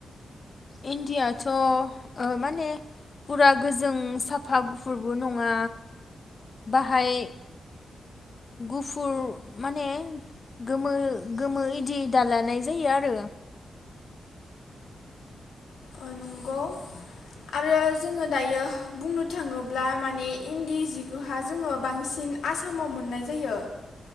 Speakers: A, on the left; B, on the left.
A: इनदियाथ' ओ माने फुरा गोजों साफा गुफुरबो नङा बाहाय गुफुर माने गोमो गोमो इदि दालानाय जायो आरो
B: ओ नंगौ आरो जोङो दायो बुंनो थाङोब्ला माने इन्दि जिखौहा जोङो बांसिन आसामाव मोननाय जायो